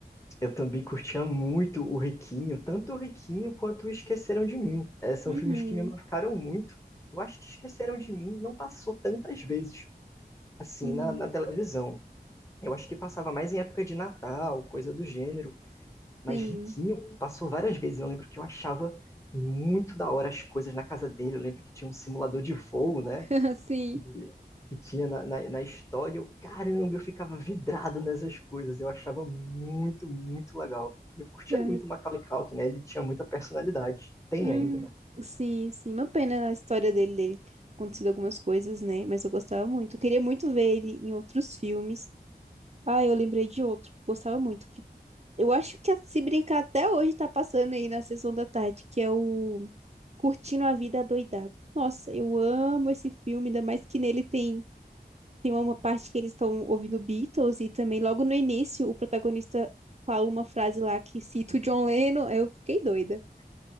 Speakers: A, on the left; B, on the right.
A: Eu também curtia muito o Riquinho, tanto o Riquinho quanto o Esqueceram de Mim. É, são
B: Uhum,
A: filmes que me marcaram muito. Eu acho que Esqueceram de Mim não passou tantas vezes assim
B: uhum,
A: na, na televisão. Eu acho que passava mais em época de Natal, coisa do gênero, mas
B: sim,
A: Riquinho passou várias vezes. Eu lembro que eu achava muito da hora as coisas na casa dele. Eu lembro que tinha um simulador de voo, né?
B: <laughs> sim.
A: que, que tinha na, na, na história. Eu, caramba, eu ficava vidrado nessas coisas. Eu achava muito, muito legal. E Eu curtia
B: Ah,
A: muito o Macaulay Culkin, né? Ele tinha muita personalidade. Tem
B: hum,
A: ainda, né?
B: sim, sim. Uma pena a história dele, dele ter acontecido algumas coisas, né? Mas eu gostava muito. Eu queria muito ver ele em outros filmes. Ah, eu lembrei de outro que eu gostava muito. Que eu acho que se brincar até hoje tá passando aí na sessão da tarde, que é o Curtindo a Vida Adoidado. Nossa, eu amo esse filme, ainda mais que nele tem. Tem uma parte que eles estão ouvindo Beatles e também logo no início o protagonista fala uma frase lá que cita o John Lennon. Aí Eu fiquei doida.